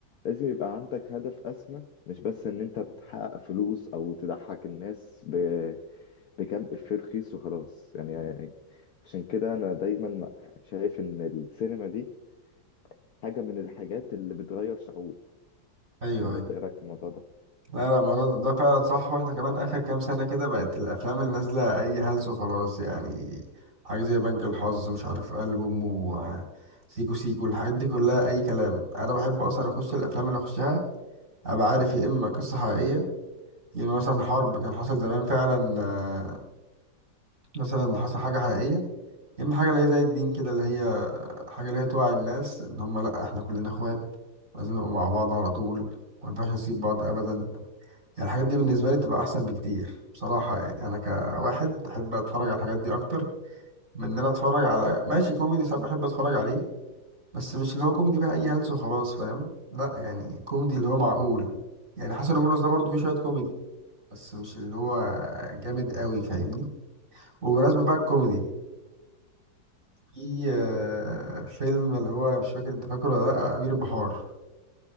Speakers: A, on the left (about 60°); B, on the right (about 40°).
A: لازم يبقى عندك هدف اسمى مش بس ان انت تحقق فلوس او تضحك الناس ب... بكام افيه رخيص وخلاص يعني عشان كده انا دايما شايف ان السينما دي حاجة من الحاجات اللي بتغير شعوب
B: ايوه
A: ولا
B: ايوه
A: انت ايه رأيك في الموضوع ده؟
B: لا لا ما ده, ده فعلا صح واحنا كمان اخر كام سنة كده بقت الافلام اللي نازلة اي هلس وخلاص يعني حاجة زي بنك الحظ مش عارف قلب امه آه، سيكو سيكو الحاجات دي كلها اي كلام انا بحب اصلا اخش الافلام اللي اخشها ابقى عارف يا اما قصة حقيقية يا اما مثلا حرب كان حصل زمان فعلا آه، مثلا حصل حاجة حقيقية يا اما حاجة اللي هي زي الدين كده اللي هي حاجة اللي هي توعي الناس ان هم لا احنا كلنا اخوات لازم نبقى مع بعض على طول ما ينفعش نسيب بعض ابدا يعني الحاجات دي بالنسبة لي بتبقى أحسن بكتير بصراحة يعني أنا كواحد أحب أتفرج على الحاجات دي أكتر من إن أنا أتفرج على ماشي كوميدي ساعات بحب أتفرج عليه بس مش اللي هو كوميدي بقى أي هلس وخلاص فاهم لا يعني كوميدي اللي هو معقول يعني حسن ومرقص ده برضه فيه شوية كوميدي بس مش اللي هو جامد قوي فاهمني وبمناسبة بقى الكوميدي في آه، فيلم اللي هو مش فاكر أنت فاكره ولا لأ أمير البحار